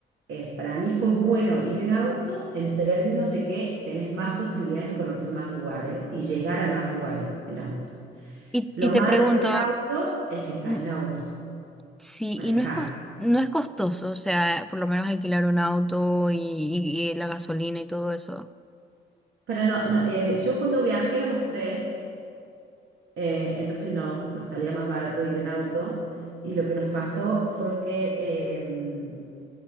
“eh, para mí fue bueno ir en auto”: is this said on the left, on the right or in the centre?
Right